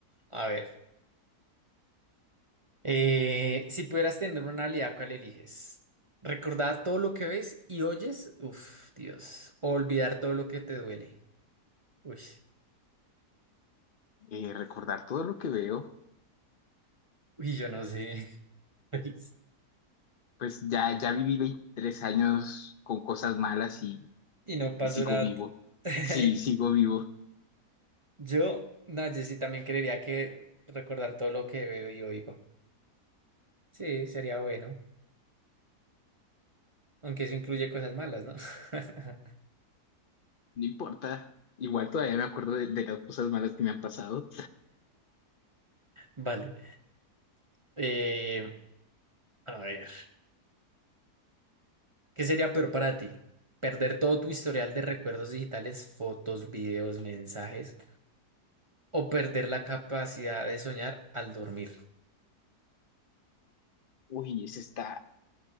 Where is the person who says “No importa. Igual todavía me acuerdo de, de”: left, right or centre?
Left